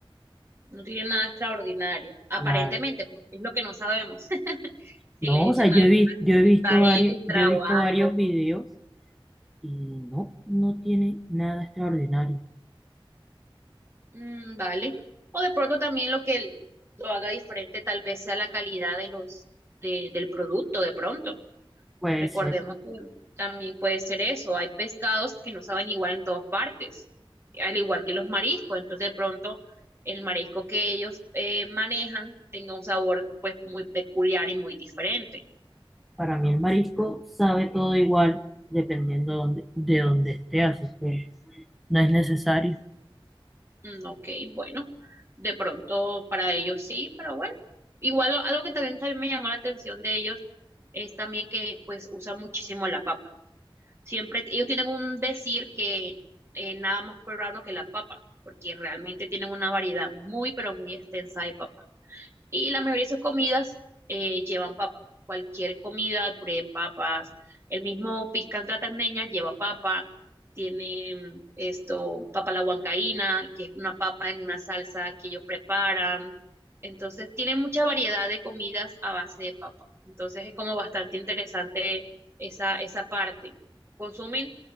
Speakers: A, on the right; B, in the centre.
A: No tiene nada extraordinario. Aparentemente,
B: nada.
A: pues es lo que no sabemos. <laughs> Si
B: No,
A: le echan
B: o sea,
A: alguna
B: yo he, vi-
A: cosita
B: yo he visto varios,
A: extra
B: yo he visto
A: o algo.
B: varios videos y no, no tiene nada extraordinario.
A: Mm, vale. O de pronto también lo que lo haga diferente tal vez sea la calidad de los, de- del producto, de pronto.
B: Puede
A: Recordemos
B: ser,
A: que también puede ser eso. Hay pescados que no saben igual en todas partes, al igual que los mariscos. Entonces, de pronto, el marisco que ellos eh, manejan tenga un sabor pues muy peculiar y muy diferente.
B: para mí el marisco sabe todo igual dependiendo de dónde, de dónde esté, así que no es necesario.
A: Mm, ok, bueno, de pronto para ellos sí, pero bueno, igual lo- algo que también, también me llamó la atención de ellos es también que pues usan muchísimo la papa. Siempre ellos tienen un decir que eh, nada más peruano que la papa, porque realmente tienen una variedad muy, pero muy extensa de papas. Y la mayoría de esas comidas eh, llevan papa. Cualquier comida, el puré de papas, el mismo picante de la tandeña lleva papa. Tiene mm, esto, papa a la huancaína, que es una papa en una salsa que ellos preparan. Entonces, tiene mucha variedad de comidas a base de papa. Entonces, es como bastante interesante esa, esa parte. Consumen,